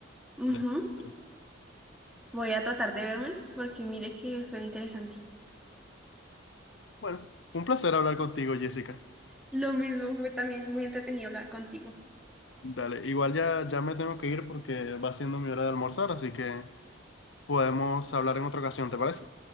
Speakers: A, in the centre; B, on the left.
A: Ujú.
B: de esas
A: Voy a tratar de vérmelas porque mire que suena interesante.
B: Bueno, un placer hablar contigo, Jessica.
A: Lo mismo, fue también muy entretenido hablar contigo.
B: Dale, igual ya, ya me tengo que ir porque va siendo mi hora de almorzar, así que podemos hablar en otra ocasión, ¿te parece?